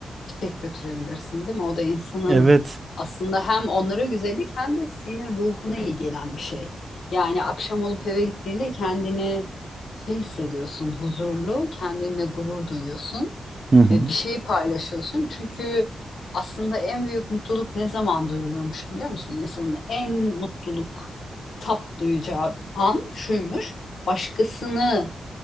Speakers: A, on the left; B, on the right.
A: çiçek götürebilirsin, değil mi? O da insanın
B: Evet.
A: aslında hem onlara güzellik hem de senin ruhuna iyi gelen bir şey. Yani akşam olup eve gittiğinde kendini şey hissediyorsun, huzurlu, kendinle gurur duyuyorsun
B: Hı hı.
A: ve bir şeyi paylaşıyorsun. Çünkü aslında en büyük mutluluk ne zaman duyulurmuş biliyor musun? İnsanın en mutluluk tat duyacağı an şuymuş. Başkasını